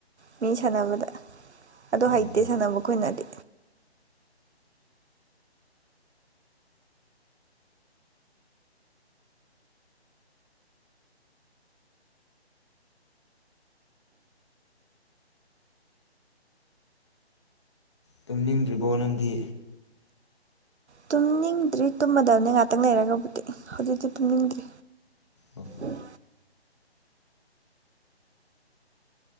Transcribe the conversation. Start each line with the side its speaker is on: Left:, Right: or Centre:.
Right: ꯃꯤ ꯁꯥꯟꯅꯕꯗ ꯑꯗꫭ
Left: ꯑꯣ
Right: ꯍꯩꯇꯦ ꯁꯥꯟꯅꯕ ꯈꯣꯏꯅꯗꯤ
Left: ꯇꯨꯝꯅꯤꯡꯗ꯭ꯔꯤꯕꫭ ꯅꯪꯗꯤ
Right: ꯇꯨꯝꯅꯤꯡꯗ꯭ꯔꯤ ꯇꯨꯝꯃꯗꯕꯅꯤ ꯉꯥꯛꯇꯪ ꯂꯩꯔꯒꯕꯨꯗꯤ ꯍꯧꯖꯤꯛꯇꯤ ꯇꯨꯝꯅꯤꯡꯗ꯭ꯔꯤ
Left: ꯑꯣ
Right: ꯎꯝ